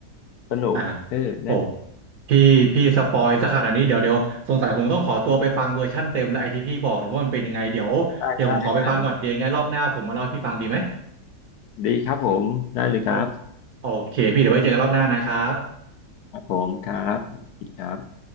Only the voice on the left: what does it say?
สนุกเออแน่
ได้ได้ได้ดีครับผมได้เลยครับ
ครับผมครับดีครับ